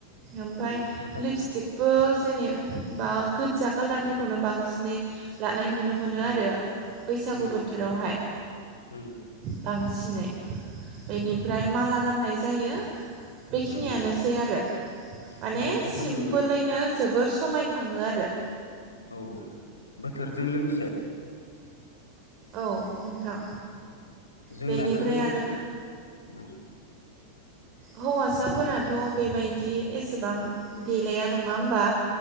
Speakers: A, on the right; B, on the left.
A: ओमफाय
B: उम फोथा
A: लिपस्टिकबो जेनेबा गोजा कालारनिखौनो बांसिनै लानाय नुनो मोनो
B: उम
A: आरो बैसागु
B: उम
A: बोथोरावहाय
B: उम
A: बांसिनै बेनिफ्राय माला गाननाय जायो। बेखिनियानोसै
B: उम
A: आरो माने
B: हिन्जावसाफोरनि
A: सिमपोलैनो
B: औ
A: जोबोर समायखाङो आरो
B: औ औ बोथोरजों लोगोसे
A: औ नोंथां
B: जोंनाथ'
A: बेनिफ्राय
B: ओं
A: आरो
B: उम
A: हौवासाफोराथ' बेबायदि एसेबां देलाया नङा होमबा